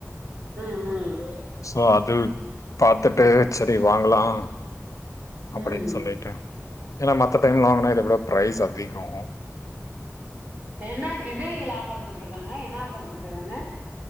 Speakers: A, on the right; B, on the left.
A: ம் ம்
B: சோ அது பாத்துட்டு செரி வாங்கலா அப்டின்
A: ம்
B: சொல்லிட்டு ஏனா மத்த டைம்ல வாங்க்னா இத விட ப்ரைஸ் அதிகோ
A: என்னா என்ன இதுல ஆஃபர் போட்ருக்காங்க என்னா ஆஃபர் போட்ருக்காங்க